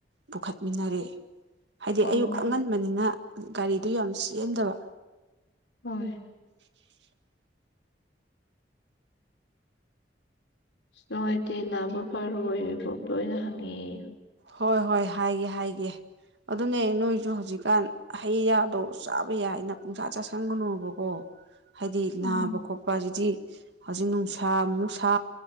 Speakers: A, on the right; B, on the left.
A: ꯄꯨꯈꯠꯃꯤꯟꯅꯔꯦ ꯍꯥꯏꯗꯤ
B: ꯑꯣ
A: ꯑꯌꯨꯛ ꯑꯉꯟꯕꯅꯤꯅ ꯒꯥꯔꯤꯗꯨ ꯌꯥꯝ ꯆꯦꯟꯗꯕ
B: ꯍꯣꯏ
A: <inaudible>
B: ꯑꯁ ꯅꯨꯡꯉꯥꯏꯇꯦ ꯅꯥꯕ ꯐꯔꯣꯌꯣ ꯏꯕꯣꯛꯇꯣ ꯑꯩꯅ ꯍꯪꯉꯛꯑꯦꯌꯣ
A: ꯍꯣꯏ ꯍꯣꯏ ꯍꯥꯏꯒꯦ ꯍꯥꯏꯒꯦ ꯑꯗꯨꯅꯦ ꯅꯣꯏꯁꯨ ꯍꯧꯖꯤꯛꯀꯥꯟ ꯍꯩ ꯔꯥꯗꯣ ꯆꯥꯕ ꯌꯥꯏꯅ ꯄꯨꯡꯆꯥ ꯆꯥꯁꯟꯒꯅꯨꯕꯀꯣ ꯍꯥꯏꯗꯤ ꯅꯥꯕ
B: ꯎꯝ
A: ꯈꯣꯠꯄ ꯁꯤꯗꯤ ꯍꯧꯖꯤꯛ ꯅꯨꯡꯁꯥ ꯑꯃꯨꯛ ꯁꯥ